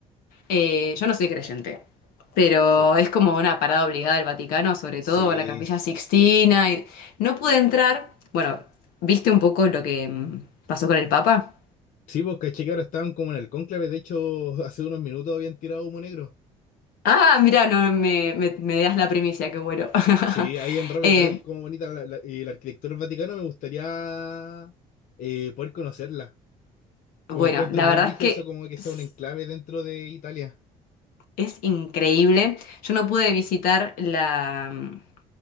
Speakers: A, on the left; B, on the left.
A: Eh, yo no soy creyente, pero
B: sí.
A: es como una parada obligada al Vaticano, sobre
B: Sí.
A: todo a la Capilla Sixtina. y- No pude entrar. Bueno, ¿viste un poco lo que mm, pasó con el Papa?
B: Sí, pues caché que ahora estaban como en el cónclave, de hecho, <laughs> hace unos minutos habían tirado humo negro.
A: Ah, mira, no me, me, me das la primicia, qué bueno. <laughs>
B: Sí, ahí en Roma
A: Eh,
B: igual es como bonita la, la- y la arquitectura del Vaticano, me gustaría eh, poder conocerla.
A: Bueno,
B: Como encuentro
A: la
B: muy
A: verdad
B: brígido
A: es que
B: eso como que
A: es,
B: sea un enclave dentro de Italia.
A: es increíble. Yo no pude visitar la, mm,